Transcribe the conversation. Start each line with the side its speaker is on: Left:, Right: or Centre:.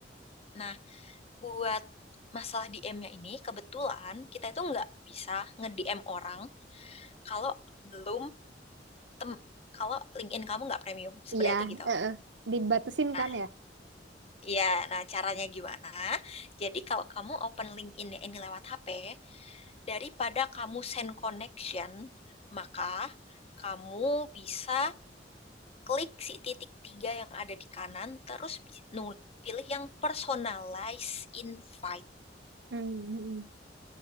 Left: Nah, buat masalah DM-nya ini, kebetulan kita itu nggak bisa nge-DM orang kalau belum tem kalau LinkedIn kamu nggak premium sebenarnya
Right: Iya,
Left: itu gitu.
Right: eh, eh. Dibatasin
Left: Nah,
Right: kan ya?
Left: iya, nah caranya gimana? Jadi kalau kamu open LinkedIn ya, ini lewat HP, daripada kamu send connection, maka kamu bisa klik si titik tiga yang ada di kanan, terus bi- nu- pilih yang personalized invite.
Right: Hmm.